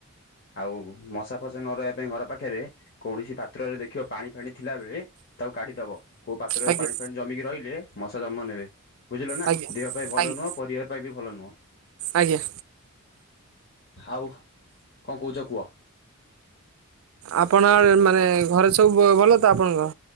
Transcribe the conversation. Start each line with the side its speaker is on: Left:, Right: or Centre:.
Left: ଆଉ ମଶା ଫସା ନ ରହିବା ପାଇଁ ଘର ପାଖରେ କୌଣସି ପାତ୍ରରେ ଦେଖିବ ପାଣି ଫାଣି ଥିଲାବେଳେ ତାକୁ କାଡ଼ିଦବ। କୋଉ ପାତ୍ରରେ
Right: ଆଜ୍ଞା
Left: ପାଣି ଫାଣି ଜମିକି ରହିଲେ ମଶା ଜନ୍ମ ନେବେ ବୁଝିଲ ନା
Right: ଆଜ୍ଞା।
Left: ଦେହ ପାଇଁ ଭଲ
Right: ଆଜ୍ଞା
Left: ନୁଅଁ। ପରିବାର ପାଇଁ ବି ଭଲ ନୁହଁ।
Right: ଆଜ୍ଞା।
Left: ଆଉ କଣ କୋହୁଚ କୁହ?
Right: ଆପଣ ଆ ମାନେ ଘରେ ସବୁ ବ ଭଲ ତ ଆପଣଙ୍କ?